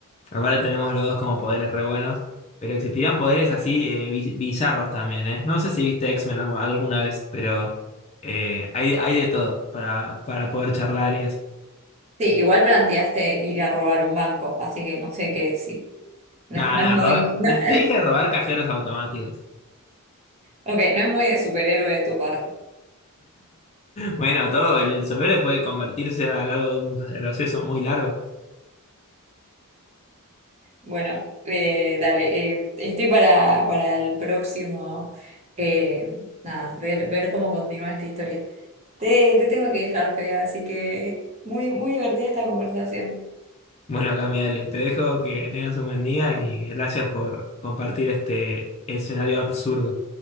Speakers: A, on the left (about 30°); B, on the right (about 30°).
A: Aparte tenemos los dos como poderes re buenos, pero existirían poderes así eh, bi- bizarros también, ¿eh? No sé si viste X-Men algu- alguna vez, pero eh, hay, hay de todo para, para poder charlar y eso.
B: Sí, igual planteaste ir a robar un banco, así que no sé qué, sí. No,
A: No,
B: no
A: no,
B: es muy.
A: rob-
B: <laughs> no-
A: te te dije robar cajeros automáticos. <laughs>
B: ok, no es muy de superhéroe de tu parte.
A: Bueno, todo, el superhéroe puede convertirse a lo largo de un proceso muy largo.
B: Bueno, eh, dale, eh, estoy para, para el próximo. eh, nada, ver, ver cómo continúa esta historia. Te, te tengo que dejar, Fea, así que muy, muy divertida esta conversación.
A: Bueno, Cami, dale, te dejo que tengas un buen día y gracias por compartir este escenario absurdo.